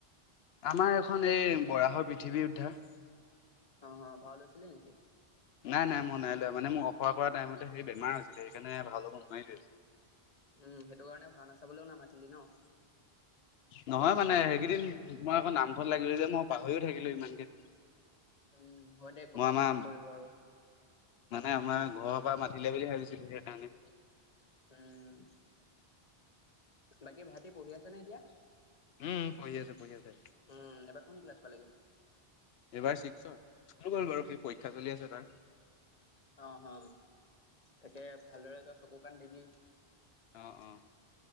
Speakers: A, on the left; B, on the left.
A: আমাৰ এখন এই বৰাহৰ পৃথিৱী উদ্ধাৰ
B: অ, অ ভাও লৈছিলি নেকি
A: নাই নাই মই নাই লোৱা মানে মোৰ অখৰা কৰা টাইমতে সেই বেমাৰ হৈছিলে সেইকাৰণে ভাও লব নোৱাৰিলোৱে
B: উম সেইটো কাৰণে ভাওনা চাবলৈয়ো নামাতিলি ন
A: নহয় মানে সেইকেইদিন তোমাৰ আকৌ নামঘৰত লাগিলোঁ যে মই পাহৰিও থাকিলোঁ ইমানকে
B: উম, হয় দে ক'পা
A: মই আমাৰ
B: মনত পৰিব আৰু
A: মানে আমাৰ ঘৰৰ পৰা মাতিলে বুলি ভাবিছিলো সেইকাৰণে
B: উম বাকী ভাইটি পঢ়ি আছেনে এতিয়া
A: উম পঢ়ি আছে পঢ়ি আছে
B: উম এবাৰ কোন ক্লাছ পালেগে
A: এইবাৰ ছিক্সত স্কুল গ'ল বাৰু সি পৰীক্ষা চলি আছে তাৰ
B: অ হ তাকে ভালদৰে তই চকু কাণ দিবি
A: অ অ